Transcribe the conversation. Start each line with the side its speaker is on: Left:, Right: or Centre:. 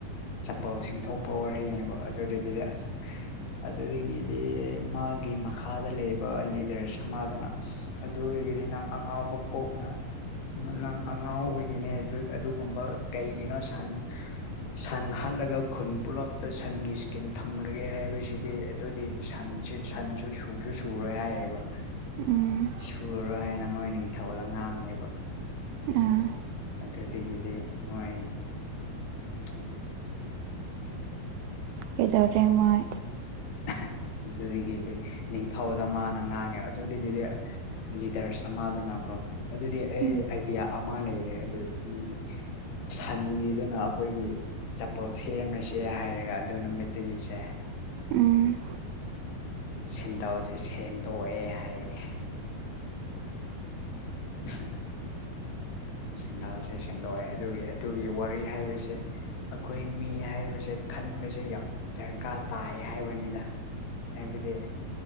Left: ꯆꯄꯜ ꯁꯦꯝꯊꯣꯛꯄ ꯋꯥꯔꯤꯅꯦꯕ ꯑꯗꯨꯗꯒꯤꯗꯤ ꯑꯁ ꯑꯗꯨꯗꯒꯤꯗꯤ ꯃꯥꯒꯤ ꯃꯈꯥꯗ ꯂꯩꯕ ꯂꯤꯗꯔꯁ ꯑꯃꯗꯨꯅ ꯑꯁ ꯑꯗꯨꯗꯒꯤꯗꯤ ꯅꯪ ꯑꯉꯥꯎꯕ ꯀꯣꯛꯅ ꯅ ꯅꯪ ꯑꯉꯥꯎꯕꯒꯤꯅꯦ ꯗꯨ ꯑꯗꯨꯒꯨꯝꯕ ꯀꯩꯒꯤꯅꯣ ꯁꯟ ꯁꯟ ꯍꯥꯠꯂꯒ ꯈꯨꯟ ꯄꯨꯂꯞꯇ ꯁꯟꯒꯤ ꯏꯁ꯭ꯀꯤꯟ ꯊꯝꯔꯒꯦ ꯍꯥꯏꯕꯁꯤꯗꯤ꯫ ꯑꯗꯨꯗꯤ ꯁꯟꯁꯦ ꯁꯟꯁꯨ ꯁꯨꯁꯨ ꯁꯨꯔꯣꯏ ꯍꯥꯏꯌꯦꯕ꯫
Right: ꯎꯝ
Left: ꯁꯨꯔꯔꯣꯏ ꯍꯥꯏꯌꯦꯅ ꯃꯣꯏ ꯅꯤꯡꯊꯧꯗ ꯉꯥꯡꯉꯦꯕ꯫
Right: ꯑꯥ
Left: ꯑꯗꯨꯗꯒꯤꯗꯤ ꯃꯣꯏ <unintelligible>
Right: ꯀꯩꯗꯧꯔꯦ ꯃꯣꯏ꯫
Left: <unintelligible> ꯑꯗꯨꯗꯒꯤꯗꯤ ꯅꯤꯡꯊꯧꯗ ꯃꯥꯅ ꯉꯥꯡꯉꯦ ꯑꯗꯨꯗꯒꯤꯗꯤ ꯂꯤꯗꯔꯁ ꯑꯃꯗꯨꯅ ꯀꯣ ꯑꯗꯨꯗꯤ ꯑꯩ
Right: ꯎꯝ
Left: ꯑꯥꯏꯗꯤꯌꯥ ꯑꯃ ꯂꯩꯔꯦ ꯑꯗꯨ ꯑꯗꯨꯗꯤ ꯁꯟꯒꯤꯗꯨꯅ ꯑꯩꯈꯣꯏꯒꯤ ꯆꯄꯜ ꯁꯦꯝꯂꯁꯦ ꯍꯥꯏꯔꯒ ꯑꯗꯨ ꯅꯨꯃꯤꯠꯇꯒꯤꯁꯦ꯫
Right: ꯎꯝ
Left: ꯁꯦꯟꯗꯜꯁꯦ ꯁꯦꯝꯗꯣꯛꯑꯦ ꯍꯥꯏꯌꯦ꯫ <unintelligible> ꯁꯦꯟꯗꯜꯁꯦ ꯁꯦꯝꯗꯣꯛꯑꯦ ꯑꯗꯨꯒꯤ ꯑꯗꯨꯒꯤ ꯋꯥꯔꯤ ꯍꯥꯏꯕꯁꯦ ꯑꯩꯈꯣꯏ ꯃꯤ ꯍꯥꯏꯕꯁꯦ ꯈꯟꯕꯁꯦ ꯌꯥꯝ ꯗꯔꯀꯥꯔ ꯇꯥꯏ ꯍꯥꯏꯕꯅꯤꯗ꯫ ꯍꯥꯏꯕꯗꯤ